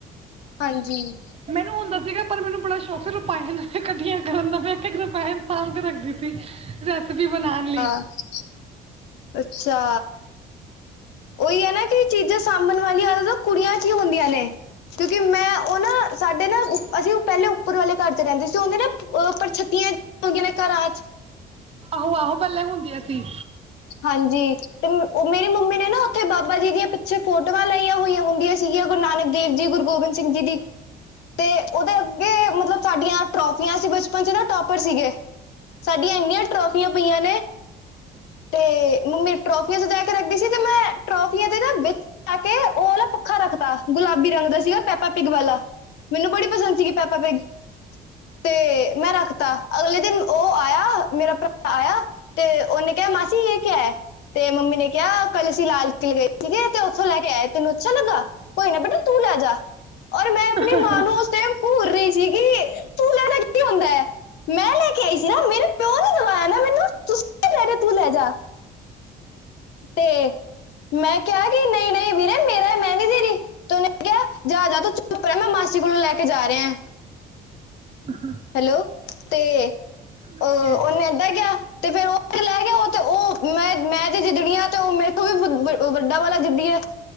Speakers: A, on the left; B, on the right.
A: ਹਾਂਜੀ
B: ਮੈਨੂੰ ਹੁੰਦਾ ਸੀਗਾ ਪਰ ਮੈਨੂੰ ਬੜਾ ਸ਼ੌਕ ਸੀ, ਰੁਪਹਿਣ ਇਕੱਠੀਆਂ ਕਰਨ ਦਾ ਮੈਂ ਆਕਿ ਰੁਪੈਣ ਸਾਂਭ ਕੇ ਰੱਖਦੀ ਸੀ। ਰੈਸਪੀ ਬਣਾਉਣ ਲਈ।
A: <inaudible> ਅੱਛਾ। ਉਹੀ ਹੈ ਨਾ ਕਿ ਚੀਜ਼ਾਂ ਸਾਂਭਣ ਵਾਲੀਆਂ ਆ ਕੁੜੀਆਂ ਚ ਹੀ ਹੁੰਦੀਆਂ ਨੇ। ਕਿਉਂਕਿ ਮੈਂ ਉਹ ਨਾ-ਸਾਡੇ ਨਾ ਅਸੀਂ ਉਹ ਪਹਿਲੇ ਉੱਪਰ ਵਾਲੇ ਘਰ ਚ ਰਹਿੰਦੇ ਸੀ ਉਹਨੇ ਨਾ ਪੜਛੱਤੀਆਂ ਗੀ ਨਾ ਘਰਾਚ
B: ਆਹੋ- ਆਹੋ ਪਹਿੱਲੇ ਹੁੰਦੀਏ ਸੀ।
A: ਹਾਂਜੀ ਤੇ ਉਹ ਮੇਰੀ ਮੰਮੀ ਨੇ ਨਾ ਉੱਥੇ ਬਾਬਾ ਜੀ ਦੀਆਂ, ਪਿੱਛੇ ਫੋਟੋਆਂ ਲਾਈਆਂ ਹੋਈਆਂ ਹੁੰਦੀਆਂ। ਧੀ ਐ ਓਹ ਗੁਰੂ ਨਾਨਕ ਦੇਵ ਜੀ ਗੁਰੂ ਗੋਬਿੰਦ ਸਿੰਘ ਜੀ ਦੀ। ਤੇ ਉਹਦੇ ਅੱਗੇ ਮਤਲਬ ਸਾਡੀਆਂ ਟਰੋਫੀਆਂ ਸੀ, ਬਚਪਨ ਚ ਨਾ ਟੋਪਰ ਸੀਗੇ। ਸਾਡੀਆਂ ਇੰਨੀਆਂ ਟਰੋਫੀਆਂ ਪਈਆਂ ਨੇ। ਤੇ ਮੰਮੀ ਟਰੋਫੀਆਂ ਸਜਾ ਕੇ ਰੱਖਦੀ ਸੀ ਤੇ ਮੈਂ ਟਰੋਫੀਆਂ ਵਿਚ। ਆ ਕੇ ਉਹ ਨਾ ਪੱਖਾ ਰੱਖਤਾ, ਗੁਲਾਬੀ ਰੰਗ ਦਾ ਸੀਗਾ ਪੈਪਾ ਪਿੱਗ ਵਾਲਾ। ਮੈਨੂੰ ਬੜੀ ਪਸੰਦ ਸੀਗੀ ਪ ਪਾਪਾ ਪਿਗ। ਤੇ ਮੈਂ ਰੱਖਤਾ, ਅਗਲੇ ਦਿਨ ਉਹ ਆਇਆ, ਮੇਰਾ ਭਰਾ ਆਇਆ ਤੇ ਉਹਨੇ ਕਿਹਾ ਮਾਸੀ ਇਹ ਕਿਹਾ ਹੈ? ਤੇ ਮੰਮੀ ਨੇ ਕਿਆ, ਕੱਲ ਅਸੀਂ ਲਾਲ ਕਿਲ੍ਹੇ ਗਏ ਸੀਗੇ ਤੇ ਓਥੋਂ ਲੈ ਕੇ ਆਏ ਤੈਨੂੰ ਅੱਛਾ ਲੱਗਾ। ਕੋਈ ਨਾ ਬੇਟਾ ਤੂੰ ਲੈ ਜਾ ਔਰ ਮੈਂ। ਆਪਣੀ
B: ਹਹ!
A: ਮਾਂ ਨੂੰ ਉਸ ਘੂਰ ਰਹੀ ਸੀਗੀ, ਤੂੰ ਲੈ ਤਾਂ ਕੀ ਹੁੰਦਾ ਹੈ। ਮੈਂ ਲੈ ਕੇ ਆਈ ਸੀ ਨਾ ਮੇਰੇ ਪਿਓ ਨੇ ਦਵਾਇਆ ਨਾ ਮੈਨੂੰ, ਤੁਸ ਲੈ ਜਾ। ਤੇ ਮੈਂ ਕਿਹਾ 'ਗਈ ਨਹੀਂ ਨਹੀਂ ਵੀਰਾ ਮੈਂ ਨਹੀਂ ਦੇਨੀ ਤੱਕ ਉਹਨੇ' ਜਾਂ ਜਾ ਤ ਚੁੱਪ ਰਿਹਾ ਮੈਂ ਮਾਸੀ ਕੋਲੋਂ ਲੈ ਕੇ ਜਾ ਰਿਹਾ।
B: ਅਹਾਂ
A: ਹੈਲੋ, ਤੇ ਅ
B: ਸਹੀ
A: ਓਹਨੇ
B: ਹੈ
A: ਏਦਾਂ ਕਿਆ ਤੇ ਫਿਰ ਉਹ <unintelligible> ਤੇ ਓਹ ਤੇ ਓਹ ਮੈਂ-ਮੈਂ ਜੇ ਜਿੱਦਣੀ ਆ ਤੇ ਓਹ ਮੇਰੇ ਤੋਂ ਵੀ ਵੱਡਾ ਵਾਲਾ ਜਿੱਦੀ ਐ।